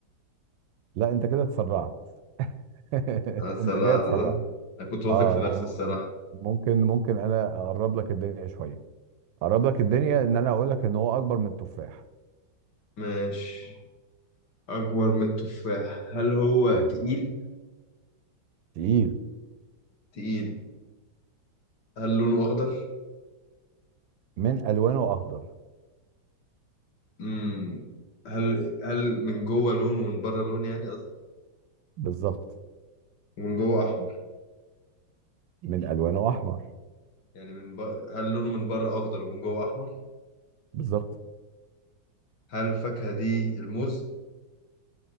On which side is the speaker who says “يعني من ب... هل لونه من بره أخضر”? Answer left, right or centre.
Left